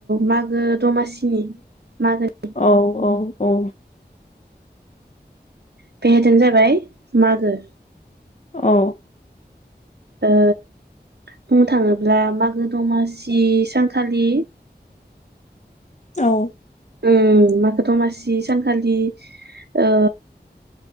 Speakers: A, on the right; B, on the left.
A: मागो दमासिनि मागोनि।
B: औ औ औ
A: <unintelligible> जाबाय मागो।
B: औ।
A: ओ बुंनो थाङोब्ला मागो दमासि सानखालि
B: औ
A: ओम मागो दमासि सानखालि ओ